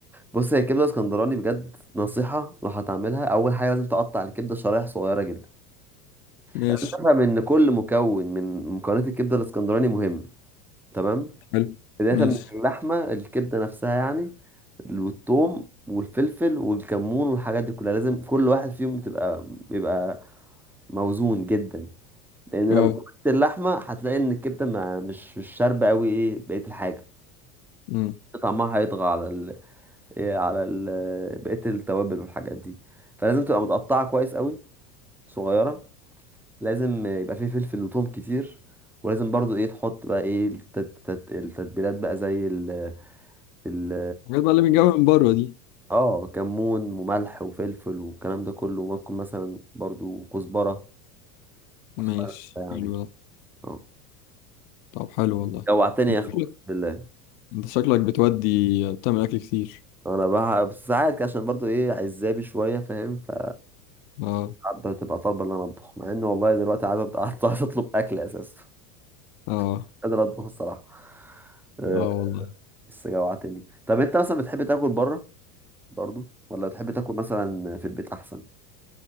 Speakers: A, in the centre; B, on the left.
A: بص هي الكبده الاسكندراني بجد نصيحه لو هتعملها اول حاجه لازم تقطع الكبده شرايح صغيره جدا
B: ماشي
A: تفهم ان كل مكون من مكونات الكبده الاسكندراني مهم تمام
B: حلو
A: بدايه
B: ماشي
A: من اللحمه الكبده نفسها يعني والثوم والفلفل والكمون والحاجات دي كلها لازم كل واحد فيهم تبقى بيبقى موزون جدا لان
B: اه
A: لو زودت اللحمه هتلاقي ان الكبده ما- مش مش شاربه قوي ايه بقيه الحاجه
B: أمم.
A: طعمها هيطغى على ال... إيه، على ال... بقية التوابل والحاجات دي فلازم تبقى متقطعة كويس قوي صغيرة لازم يبقى فيه فلفل وثوم كتير ولازم برضو ايه تحط بقى ايه التت... تت... التتبيلات بقى زي ال ال
B: الحاجات بقى اللي بنجيبها من بره دي
A: اه كمون وملح وفلفل والكلام ده كله وممكن مثلا برضو كزبرة كزبرة
B: ماشي
A: يعني
B: حلو ده
A: اه
B: طب حلو والله
A: جوعتني
B: انت
A: يا اخو
B: شكلك
A: اقسم بالله
B: انت شكلك بتودي بتعمل اكل كتير
A: انا بقى ساعات كده عشان برضو ايه عزابي شوية فاهم ف
B: اه
A: بتبقى طالبه ان انا اطبخ مع ان والله دلوقتي عايز أط- <laughs> عايز اطلب اكل اساسا
B: اه
A: مش قادر اطبخ الصراحه آه،
B: اه والله
A: بس جوعتني طب انت مثلا بتحب تاكل بره برضو ولا بتحب تاكل مثلا في البيت احسن